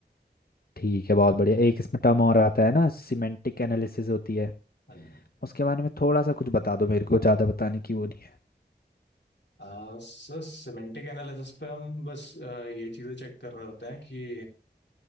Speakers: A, on the left; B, on the left.
A: ठीक है बहुत बढ़िया एक इसमें टर्म और आता है ना सिमेंटिक एनालिसिस होती है
B: हाँ जी
A: उसके बारे में थोड़ा सा कुछ बता दो मेरे को ज़्यादा बताने की वो नहीं है
B: आ, सर सिमेंटिक एनालिसिस पे हम बस आ, ये चीज़ें चेक कर रहे होते हैं कि